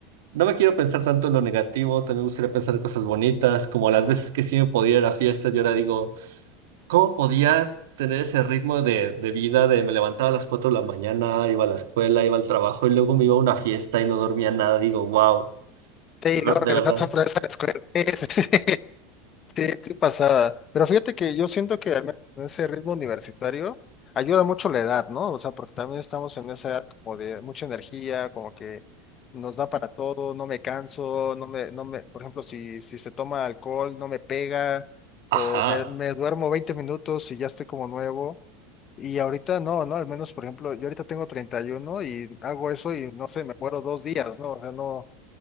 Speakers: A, on the right; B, on the left.
A: No me quiero pensar tanto en lo negativo, también me gustaría pensar en cosas bonitas, como las veces que sí me podía ir a fiestas y ahora digo, ¿cómo podía tener ese ritmo de, de vida de me levantaba a las 4 de la mañana, iba a la escuela, iba al trabajo y luego me iba a una fiesta y no dormía nada? Digo, wow,
B: Sí,
A: de
B: y luego regresas
A: verdad.
B: otra vez a la escuela. <laughs> Sí, sí pasaba. Pero fíjate que yo siento que al menos en ese ritmo universitario ayuda mucho la edad, ¿no? O sea, porque también estamos en esa edad como de mucha energía, como que nos da para todo, no me canso, no me, no me, por ejemplo, si, si se toma alcohol, no me pega,
A: Ajá,
B: o me, me duermo 20 minutos y ya estoy como nuevo. Y ahorita no, ¿no? Al menos, por ejemplo, yo ahorita tengo 31 y uno y hago eso y no sé, me muero dos días, ¿no? O sea, no,